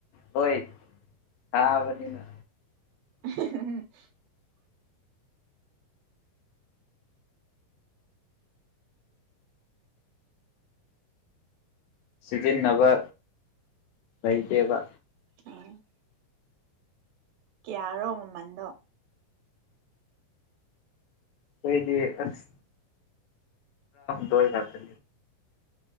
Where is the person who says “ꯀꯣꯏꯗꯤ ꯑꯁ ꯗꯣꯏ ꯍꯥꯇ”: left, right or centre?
Left